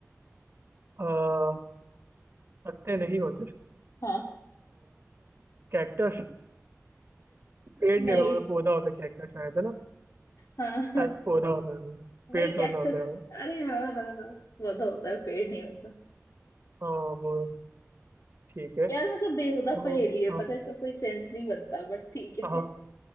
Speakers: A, on the right; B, on the left.
A: आ, पत्ते नहीं होते
B: हाँ
A: कैक्टस <laughs> पेड़ नहीं
B: नहीं
A: होता मतलब पौधा होता है कैक्टस शायद है ना
B: हाँ हाँ
A: शायद पौधा होता है वो पेड़
B: नहीं कैक्टस
A: थोड़ा ना होता है वो
B: अरे हाँ हाँ हाँ पौधा होता है पेड़ नहीं होता
A: हाँ वो ठीक है
B: यार मतलब बेहुदा
A: तो
B: पहेली है
A: हाँ
B: पता है इसका कोई सेंस नहीं बनता बट ठीक
A: हाँ
B: है